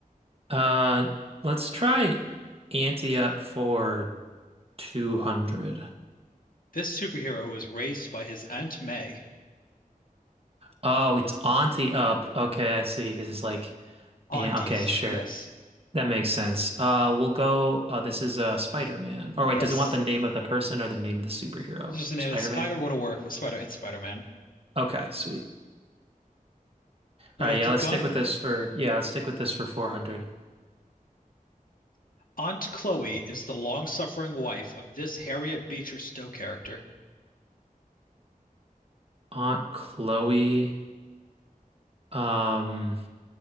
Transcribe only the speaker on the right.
Uh, let's try ante up for 200.
Oh, it's auntie up. Okay, I see. Because it's like,
yeah, okay, sure.
That makes sense. Uh, we'll go. Uh, this is uh, Spider-Man. Or
wait, does it want the name of the person or the name of the superhero?
Spider-Man?
Okay, sweet.
All right,
yeah,
let's
stick with this for, yeah, let's stick with this for 400.
Aunt Chloe. Um,